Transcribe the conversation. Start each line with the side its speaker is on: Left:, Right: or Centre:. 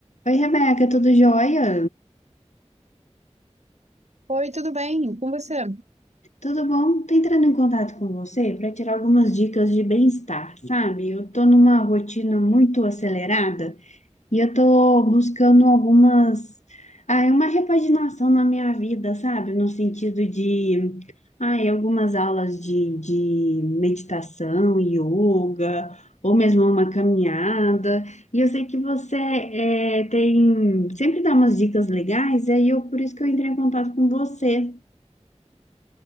Left: Oi, Rebeca, tudo jóia?
Right: Oi, tudo bem? Com você?
Left: Tudo bom? Tô entrando em contato com você para tirar algumas dicas de bem-estar, sabe? Eu tô numa rotina muito acelerada E eu tô buscando algumas, ah, uma repaginação na minha vida, sabe? No sentido de, ah, algumas aulas de, de meditação, yoga, ou mesmo uma caminhada. E eu sei que você é tem, sempre dá umas dicas legais, e aí eu, por isso que eu entrei em contato com você.